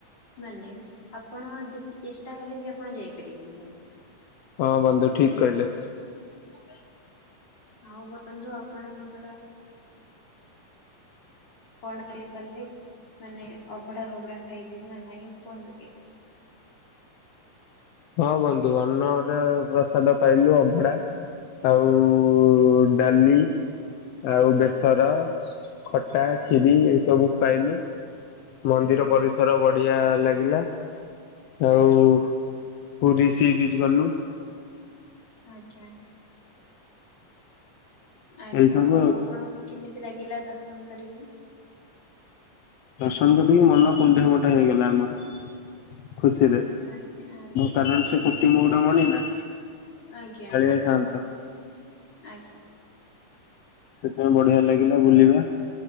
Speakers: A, on the left (about 35°); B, on the left (about 65°).
A: ମାନେ ଆପଣ ଯେତେ ଚେଷ୍ଟା କଲେ ବି ଆପଣ ଯାଇପାରିବେନି।
B: ହଁ ବନ୍ଧୁ ଠିକ୍ କହିଲେ।
A: କଣ କହିଲୁ? ଆଉ ବନ୍ଧୁ ଆପଣ ଆପଣଙ୍କର କଣ ଟଏ କଲେ ମାନେ ଅବଡା ଫବଡା ଖାଇଲେ ନା ନାଇଁ କୁହନ୍ତୁ ଟିକେ।
B: ହଁ ବନ୍ଧୁ ଅନ୍ନର ପ୍ରସାଦ ପାଇଲୁ ଅଭଡା। ଆଉ ଉ ଡାଲି, ଆଉ ବେସର, ଖଟା, କ୍ଷୀରି ଏଇ ସବୁ ପାଇଲୁ ମନ୍ଦିର
A: ଆଜ୍ଞା
B: ପରିସ ର ବଢିଆ ଲାଗିଲା ଆଉ
A: ଆଜ୍ଞା
B: ପୁରୀ ସି ବ୍ରିଜ୍ ଗଲୁ
A: ଆଜ୍ଞା। ଆଜ୍ଞା,
B: ଏଇ ସବୁ
A: ଆଉ ଆପଣଙ୍କୁ କେମିତି ଲାଗିଲା ଦର୍ଶନ କରିକି?
B: ଦର୍ଶନ କରିକି ମନ କୁଣ୍ଡେ ମୋଟ ହେଇଗଲା ଆମର। ଖୁସିରେ,
A: ଆଜ୍ଞା ଆଜ୍ଞା
B: କାରଣ ସେ କୋଟି ମଉଡ଼ ମଣି ନା।
A: ଆଜ୍ଞା,
B: କାଳିଆ
A: ଆଜ୍ଞା,
B: ସାଆନ୍ତ
A: ଆଜ୍ଞା।
B: ସେଥିପାଇଁ ବଢ଼ିଆ ଲାଗିଲା ବୁଲିବା,